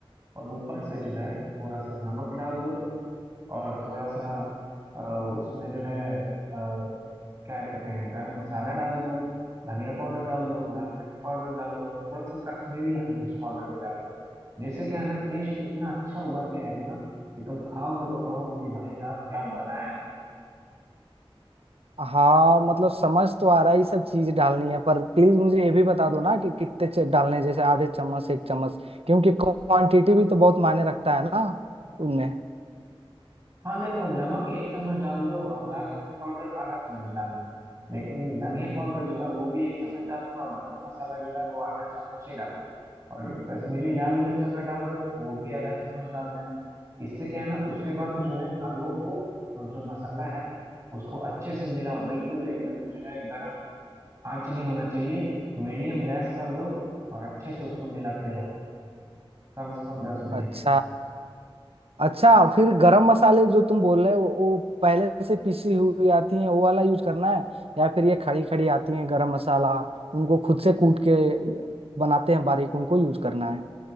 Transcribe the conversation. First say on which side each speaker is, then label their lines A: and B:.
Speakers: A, on the right; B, on the right.
A: और ऊपर से जो है थोड़ा सा नमक डाल दो और थोड़ा सा अ, उसमें जो है क्या कहते हैं गरम मसाला डाल दो धनिया पाउडर डाल दो लाल मिर्च पाउडर डाल दो थोड़ा सा कश्मीरी लाल मिर्च पाउडर भी डाल दो जिससे क्या है ना टेस्ट इतना अच्छा उभर के आएगा ना कि तुम खाओगे तो कहोगे कि भाई साहब क्या बनाया है
B: हाँ मतलब समझ तो आ रहा है ये सब चीज डालनी है पर प्लीज मुझे ये भी बता दो ना कि कितने चे- डालने हैं, जैसे आधे चम्मच एक चम्मच क्योंकि क्वांटिटी भी तो बहुत मायने रखता है ना उनमें
A: हाँ देखो नमक एक चम्मच डाल दो और लाल मिर्च पाउडर आधा चम्मच डालना लेकिन धनिया पाउडर जो है वो भी एक चम्मच डालना और गरम मसाला जो है वो आधा चम्मच ही डालना और कश्मीरी लाल मिर्च अगर डाल रहे हो तो वो भी आधा चम्मच डाल देना इससे क्या है ना उसके बाद जो है आलूओं को जो मसाला है उसको अच्छे से मिलाओ बिल्कुल एकदम जो है गरम आंच नहीं होना चाहिए मीडियम गैस कर दो और अच्छे से उसको मिलाते रहो कम से कम दस मिनट
B: अच्छा अच्छा फिर गरम मसाले जो तुम बोल रहे हो वो पहले से पिसी हुई आती हैं वो वाला यूज करना है या फिर ये खड़ी खड़ी आती हैं गरम मसाला उनको खुद से कूट के बनाते हैं बारीक उनको यूज करना है